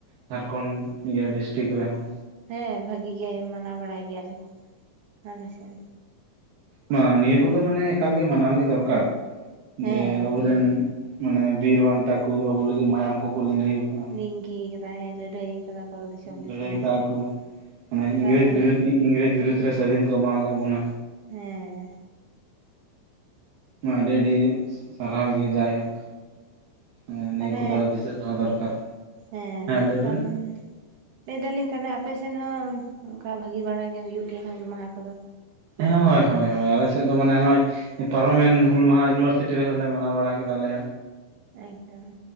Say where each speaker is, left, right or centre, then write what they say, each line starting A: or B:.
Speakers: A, on the right; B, on the right.
A: ᱡᱷᱟᱲᱠᱷᱚᱸᱰ ᱤᱭᱟᱹ ᱰᱤᱥᱴᱤᱠ ᱨᱮᱦᱚᱸ
B: ᱦᱮᱸ ᱵᱷᱟᱹᱜᱤ ᱜᱮ ᱢᱟᱱᱟᱣ ᱵᱟᱲᱟᱭ ᱜᱮᱭᱟᱞᱮ ᱟᱞᱮ ᱥᱮᱱ
A: ᱵᱟᱝ ᱱᱤᱭᱟᱹ ᱠᱚᱫᱚ ᱢᱟᱱᱮ ᱮᱠᱟᱞᱜᱮ ᱢᱟᱱᱟᱣᱜᱮ ᱫᱚᱨᱠᱟᱨ
B: ᱦᱮᱸ
A: ᱡᱮ ᱟᱵᱚᱨᱮᱱ ᱢᱟᱱᱮ ᱵᱤᱨᱵᱟᱱᱴᱟ ᱠᱚ ᱟᱵᱩ ᱞᱟᱹᱜᱤᱫ ᱢᱟᱭᱟᱢ ᱠᱚᱠᱚ ᱞᱤᱜᱤ ᱟᱠᱟᱜᱼᱟ
B: ᱞᱤᱸᱜᱤ ᱟᱠᱟᱫᱟᱭ ᱦᱮ ᱞᱟ. ᱲᱟ. ᱭ ᱠᱟᱫᱟ ᱠᱚ ᱫᱤᱥᱚᱢ ᱫᱤᱥᱚᱢ
A: ᱞᱟᱹᱲᱦᱟᱹᱭ ᱠᱟᱜᱼᱟ ᱠᱚ ᱢᱟᱱᱮ
B: ᱛᱟᱦᱚᱞᱮ
A: ᱤᱝᱨᱮᱡᱽ ᱵᱤᱨᱩᱫᱽ ᱤᱝᱨᱮᱡᱽ ᱵᱤᱨᱩᱫᱽ ᱨᱮ ᱥᱟᱹᱫᱷᱤᱱ ᱠᱚ ᱮᱢᱟᱣ ᱟᱠᱟᱫ ᱵᱚᱱᱟ
B: ᱦᱮᱸ
A: ᱦᱮ ᱟᱹᱰᱤ ᱟᱹᱰᱤ ᱥᱟᱨᱦᱟᱣ ᱜᱮ ᱡᱟᱭᱦᱳᱠ ᱱᱤᱭᱟᱹ
B: ᱛᱟᱦᱚᱞᱮ
A: ᱠᱚᱫᱚ ᱫᱤᱥᱟᱹ ᱫᱚᱦᱚ ᱫᱚᱨᱠᱟᱨ
B: ᱦᱮᱸ
A: ᱞᱟᱹᱭ
B: ᱛᱟᱦᱮ
A: ᱵᱮᱱ
B: ᱞᱟᱹᱭ ᱫᱟᱞᱤᱧ ᱛᱟᱦᱮ ᱟᱯᱮᱥᱮᱫ ᱦᱚᱸ ᱚᱱᱠᱟ ᱵᱷᱟᱹᱜᱤ ᱵᱟᱲᱟ ᱜᱮ ᱦᱩᱭᱩᱜ ᱜᱮᱭᱟ ᱦᱩᱞ ᱢᱟᱦᱟ ᱠᱚᱫᱚ
A: ᱦᱮᱸ ᱦᱳᱭ ᱦᱳᱭ ᱦᱳᱭ ᱟᱞᱮᱥᱮᱫ ᱫᱚ ᱢᱟᱱᱮ ᱦᱳᱭ ᱯᱟᱨᱚᱢᱮᱱ ᱦᱩᱞ ᱢᱟᱦᱟ ᱤᱭᱩᱱᱤᱵᱷᱟᱨᱥᱤᱴᱤ ᱨᱮᱦᱚᱸ ᱞᱮ ᱢᱟᱱᱟᱣ ᱵᱟᱲᱟ ᱠᱮᱫᱟᱞᱮ
B: ᱮᱠᱫᱚᱢ